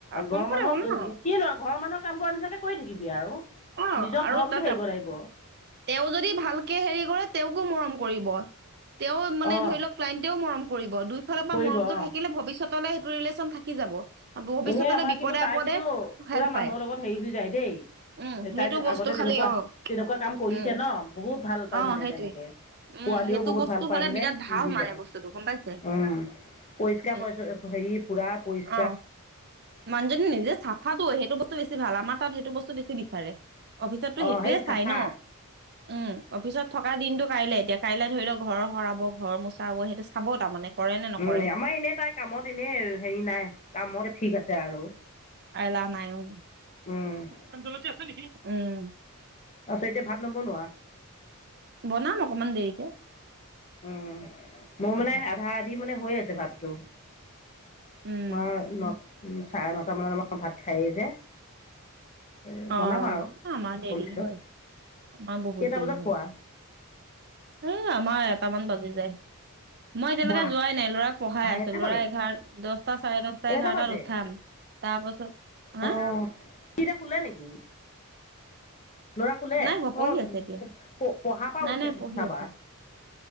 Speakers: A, on the right (about 45°); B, on the left (about 30°).
A: কমফৰ্টেবল
B: ঘৰৰ মানুহক
A: ন
B: কিনো আৰু, ঘৰৰ মানুহৰ কাম কৰা নিচিনাকে কৰি থাকিবি আৰু,
A: অ
B: নিজৰ
A: আৰু
B: ঘৰ
A: তাত
B: বুলি ভাবিব লাগিব।
A: তেওঁ যদি ভালকে হেৰি কৰে তেওঁকো মৰম কৰিব। তেওঁ মানে
B: অ',
A: ধৰি লওঁক ক্লাইণ্টেও মৰম কৰিব, দুই ফালৰ পৰা
B: কৰিব
A: মৰমটো
B: অ',
A: থাকিলে ভৱিষ্যতলে সেইটো ৰিলেশ্যন থাকি যাব। ভৱিষ্যতলৈ
B: এনেই আমাৰ
A: বিপদে
B: কিন্তু তাই
A: আপদে
B: কিন্তু
A: হেল্প
B: পুৰা
A: পায়
B: মানুহৰ লগত হেৰি হৈ যায় দেই
A: উম সেইটো
B: তাই
A: বস্তু
B: আগতে
A: খালি
B: তেনেকুৱা
A: অ
B: তেনেকুৱা কাম কৰিছে
A: উম
B: ন, বহুত ভাল পাই
A: অ
B: মানে
A: সেইটোৱে
B: তেনেকে।
A: উম
B: পোৱালিও
A: সেইটো
B: বহুত
A: বস্তু
B: ভাল পায়
A: হলে
B: মানে
A: বিৰাট ভাল
B: মিলি
A: মানে
B: যায়
A: বস্তুটো গম পাইছে
B: উম। পৰিষ্কাৰ
A: উম
B: পৰিচ হেৰি পুৰা পৰিছ
A: অ মানুহজনী নিজে চাফাটো সেইটো বস্তু বেছি ভাল। আমাৰ তাত সেইটো বস্তু বেছি বিচাৰে অফিচততো
B: অ',
A: সেইটোয়ে
B: সেই চাফা
A: চাই ন। উম, অফিচত থকা দিনটো কাইলে এতিয়া কাইলে ধৰি লও ঘৰ সৰাব, ঘৰ মোচাব সেইটো চাব তাৰমানে কৰে নে নকৰে
B: উম আমাৰ এনেই তাই কামত এনেই হেৰি নাই, কামত ঠিক আছে আৰু
A: আইলা নাইও
B: উম
A: ভূতজলকীয়া আছে নেকি? উম
B: তাছত এটিয়া ভাত নবনোৱা।
A: বনাম অকমান দেৰিকে।
B: উম, মোৰ মানে আধা-আধি মানে হৈ আছে ভাতটো। আমাৰ
A: উম
B: ন, চাৰে নটা মানত আমা ভাত খায়েই যে। এ বনাম
A: অ আমাৰ
B: আৰু অকণ
A: দেৰি
B: পিছত
A: হয়, আমাৰ বহুত
B: কেইটা
A: দেৰি
B: বজাত
A: হয়।
B: খোৱা
A: এ আমাৰ এটামান বাজি যায়। মই এতিয়ালৈকে
B: বা
A: যোৱাই নাই ল'ৰাক পঢ়াই আছোঁ
B: এটা
A: ল'ৰা
B: বাজে
A: এঘাৰ, দহটা, চাৰে দহটা,
B: এটা
A: এঘাৰটাত
B: বাজে
A: উঠাম। তাপাছত
B: অ সি এতিয়া শুলে নেকি? ল'ৰা শুলে
A: নাই হোৱা, পঢ়ি
B: অ
A: আছে এতিয়া
B: প পঢ়া পা
A: নাই
B: উঠি
A: নাই পঢ়ি
B: উঠাবা।
A: আছে